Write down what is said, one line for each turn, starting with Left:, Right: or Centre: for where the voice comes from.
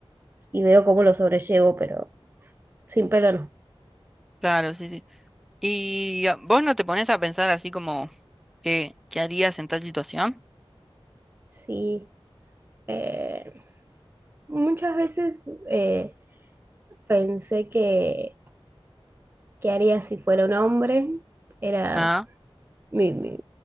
Right: y veo cómo lo sobrellevo, pero sin pelo no.
Centre: Claro, sí, sí. ¿Y ah, vos no te pones a pensar así como qué, qué harías en tal situación?
Right: Sí, eh, muchas veces eh, pensé que, que haría si fuera un hombre, era
Centre: Ah,
Right: mi, mi,